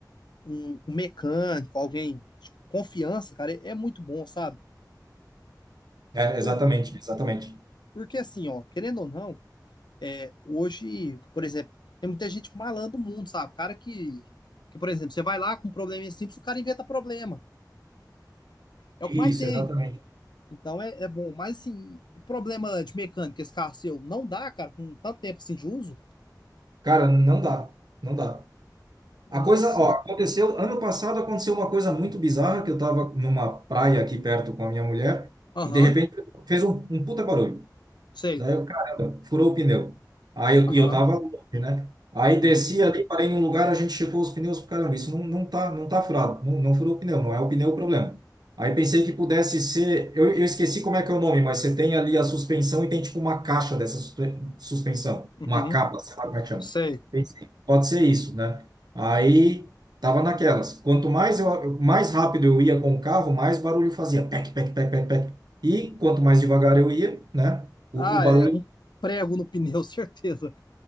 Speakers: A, on the left (about 90°); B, on the right (about 70°).
A: um, um mecânico, alguém de confiança, cara, é é muito bom, sabe?
B: É,
A: Por,
B: exatamente, exatamente.
A: porque assim, ó, querendo ou não, hoje, por exemplo, tem muita gente malandro no mundo, sabe? Cara que, que, por exemplo, você vai lá com um probleminha simples, o cara inventa problema. É o
B: Isso,
A: que mais tem.
B: exatamente.
A: Então é, é bom. Mas assim, e problema de mecânica, esse carro seu, não dá, cara, com tanto tempo assim de uso?
B: Cara, não dá, não dá.
A: Nossa.
B: A coisa, ó, aconteceu, ano passado aconteceu uma coisa muito bizarra, que eu tava numa praia aqui perto com a minha mulher,
A: Aham,
B: e de repente fez um, um puta barulho.
A: sei.
B: Daí eu, caramba, furou o pneu. Aí eu,
A: Aham,
B: e eu tava longe, né? Aí
A: uhum,
B: desci ali, parei num lugar, a gente checou os pneus, caramba, isso não, não tá, não tá furado, não, não furou o pneu, não é o pneu o problema. Aí pensei que pudesse ser, eu, eu esqueci como é que é o nome, mas você tem ali a suspensão e tem tipo uma caixa dessa suspe- suspensão,
A: uhum,
B: uma capa, sei lá como é que chama.
A: sei.
B: Pensei, pode ser isso, né? Aí tava naquelas. Quanto mais eu, mais rápido eu ia com o carro, mais barulho fazia, pec, pec, pec, pec, pec. E quanto mais devagar eu ia, né? O,
A: Ah,
B: o barulho.
A: é um prego no pneu, <laughs> certeza.